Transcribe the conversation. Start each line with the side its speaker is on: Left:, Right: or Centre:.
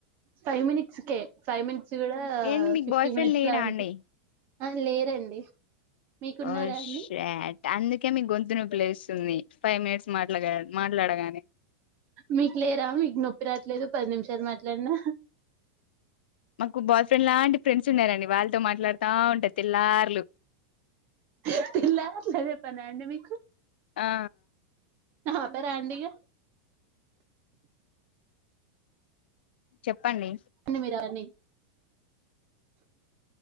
Right: ఫైవ్ మినిట్స్ కే ఫైవ్ మినిట్స్ కూడా
Left: ఏంది మీకు
Right: ఫిఫ్టీ
Left: బాయ్ ఫ్రెండ్
Right: మినిట్స్
Left: లేడా
Right: లా అనిపిస్త
Left: అండి
Right: ఆ లేరండి మీకున్నారా
Left: ఓ షట్
Right: అండి
Left: అందుకే మీకు గొంతు నోపిలేస్తుంది ఫైవ్ మినిట్స్ మాట్లా మాట్లాడ గానే
Right: మీకు లేరా మీకు నొప్పి రాట్లేదు పది నిమిషాలు మాట్లాడినా
Left: మాకు బాయ్ ఫ్రెండ్ లాంటి ఫ్రెండ్స్ ఉన్నారండి వాళ్ళతో మాట్లాడుతా ఉంటా తెలార్లు
Right: లేదేదంటె అదే పనా అండి మీ
Left: ఆ
Right: ఆపరా అండి ఇగ
Left: చెప్పండి
Right: అన్న మీరావన్నీ